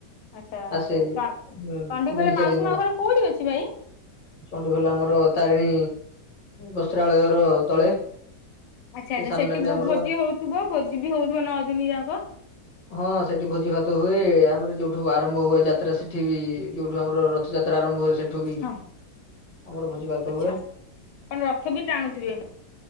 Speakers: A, on the left (about 80°); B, on the left (about 35°).
A: ଆଚ୍ଛା, ଆଚ୍ଛା
B: ଆସେ
A: ଚଣ୍ଡିଖୋଲରେ
B: ହୁଁ ଗୁଣ୍ଡିଚା
A: ମାଉସୀ
B: ଦିନ
A: ମା ଘର କୋଉଠି ଅଛି ଭାଇ?
B: ଚଣ୍ଡିଖୋଲ ଆମର ତାରିଣୀ ବସ୍ତ୍ରାଳୟର ତଳେ।
A: ଆଚ୍ଛା,
B: ସେ
A: ଆଚ୍ଛା
B: ସାମ୍ନାରେ
A: ସେଠି ଭୋଜି
B: ଆମର
A: ହଉଥିବ ଭୋଜି ବି ହଉଥିବ ନଅ ଦିନି ଯାକ।
B: ହଁ ସେଠି ଭୋଜି ଭାତ ହୁଏ ଆ ଆମର ଯୋଉଠୁ ଆରମ୍ଭ ହୁଏ ଯାତ୍ରା ସେଠି ବି ଯୋଉଠୁ ଆମର ରଥଯାତ୍ରା ଆରମ୍ଭ ହୁଏ ସେଠୁ ବି
A: ହଁ
B: ଆମର ଭୋଜି ଭାତ
A: ଆଚ୍ଛା।
B: ହୁଏ।
A: ଆପଣ ରଥ ବି ଟାଣୁଥିବେ?